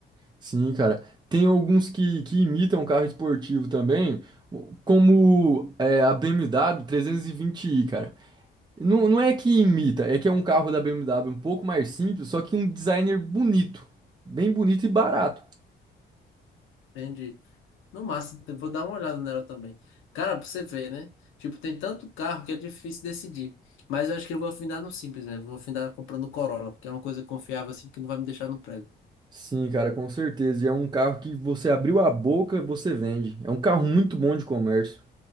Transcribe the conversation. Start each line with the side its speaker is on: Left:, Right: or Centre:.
Right: Sim, cara. Tem alguns que, que imitam carro esportivo também, como é, a BMW 320i, cara. Não, não é que imita, é que é um carro da BMW um pouco mais simples, só que um designer bonito. Bem bonito e barato.
Left: Entendi. No máximo, eu vou dar uma olhada nela também. Cara, pra você ver, né? Tipo, tem tanto carro que é difícil decidir. Mas eu acho que eu vou afinar no simples mesmo. Vou afinar comprando Corolla, porque é uma coisa confiável assim que não vai me deixar no prego.
Right: Sim, cara, com certeza. E é um carro que você abriu a boca, você vende. É um carro muito bom de comércio.